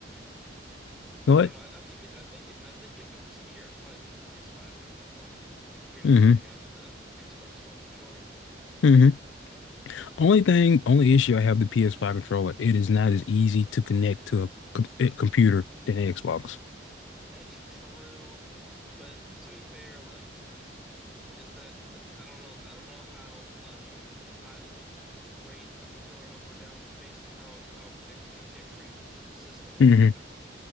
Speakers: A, on the left; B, in the centre.
A: know
B: I
A: what?
B: don't know. I, I think it- I think it- I think if it was here, I'd probably put PS5 number one, like barely
A: Mm-hmm.
B: edging out the Xbox One controller.
A: mm-hmm. Only thing, only issue I have with the PS5 controller, it is not as easy to connect to a com a computer than Xbox.
B: That's true, but to be fair, like is that th- I don't know. I don't know how much I would rate a controller up or down based on how how it connects to a different system altogether.
A: hmm